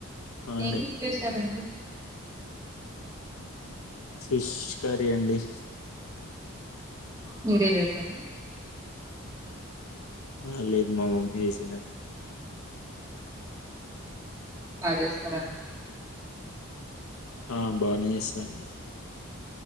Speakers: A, on the left; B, on the right.
A: ఆ అండి
B: ఏం కూర చేశారండి
A: ఫిష్ కర్రీ అండి
B: మీరే చేసారా
A: ఆ లేదు మా మమ్మీ చేసిందండి
B: బాగా చేస్తారని
A: ఆ బానేచేస్తాదండి